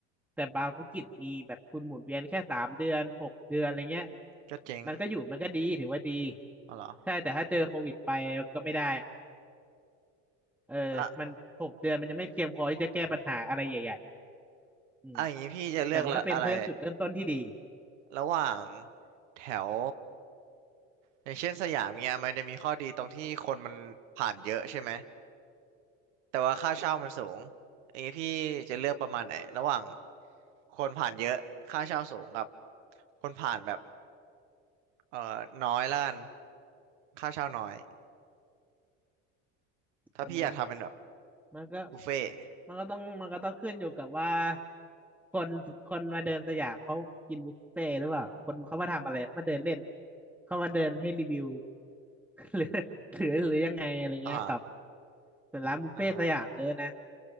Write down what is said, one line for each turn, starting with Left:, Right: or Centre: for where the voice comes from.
Centre: แต่บางธุรกิจมีแบบทุนหมุนเวียนแค่สามเดือนหกเดือนอะไรเงี้ย
Right: ก็เจ๊ง
Centre: มันก็อยู่มันก็ดีถือว่าดี
Right: อ๋อเหรอ
Centre: ใช่แต่ถ้าเจอโควิดไปก็ไม่ได้ เออมันหกเดือนมันยังไม่เพียงพอที่จะแก้ปัญหาอะไรใหญ่
Right: อ่ะ
Centre: ๆอืม
Right: อ่ะอย่างนี้พี่จะเลือกละอะไร
Centre: แต่มันก็เป็นเขาเรียกจุดเริ่มต้นที่ดี
Right: ระหว่างแถวอย่างเช่นสยามเงี้ยมันจะมีข้อดีตรงที่คนมันผ่านเยอะใช่ไหม แต่ว่าค่าเช่ามันสูงอย่างนี้พี่จะเลือกประมาณไหนระหว่างคนผ่านเยอะค่าเช่าสูงกับคนผ่านแบบเอ่อน้อยแล้วกันค่าเช่าน้อยถ้าพี่อยากทำเป็นแบบ
Centre: อืมมันก็
Right: บุฟเฟ่ต์
Centre: มันก็ต้องมันก็ต้องขึ้นอยู่กับว่าคนคนมาเดินสยามเขากินบุฟเฟ่ต์หรือเปล่าคนเขามาทำอะไรเขามาเดินเล่นเขามาเดินให้รีวิว <laughs> หรือหรือหรือยังไงอะไรเงี้ยครับ
Right: อมอ่า
Centre: แต่ร้านบุฟเฟ่ต์สยามเยอะนะ
Right: อ่าฮะ